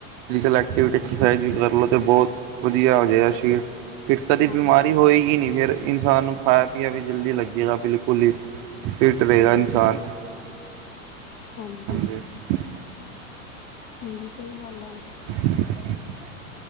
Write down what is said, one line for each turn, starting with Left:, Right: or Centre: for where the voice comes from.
Right: ਫਿਜੀਕਲ ਐਕਟੀਵਿਟੀ ਐਕਸਰਸਾਈਜ਼ ਵੀ ਕਰ ਲੋ ਤੇ ਬਹੁਤ ਵਧੀਆ ਹੋ ਜੇਗਾ ਸ਼ਰੀਰ। ਫ਼ੇਰ ਕਦੀ
Left: ਹਾਂਜੀ
Right: ਬਿਮਾਰੀ ਹੋਏਗੀ ਨੀ, ਫਿਰ ਇਨਸਾਨ ਨੂੰ ਖਾਇਆ ਪੀਆ ਵੀ ਜਲਦੀ ਲੱਗੇਗਾ, ਬਿਲਕੁਲ ਈ ਫਿਟ ਰਏਗਾ
Left: ਹਾਂਜੀ
Right: ਇਨਸਾਨ
Left: ਹਾਂਜੀ।
Right: ਇਹ <inaudible>
Left: ਹਾਂਜੀ ਸਈ ਗੱਲ ਆ।
Right: <unintelligible>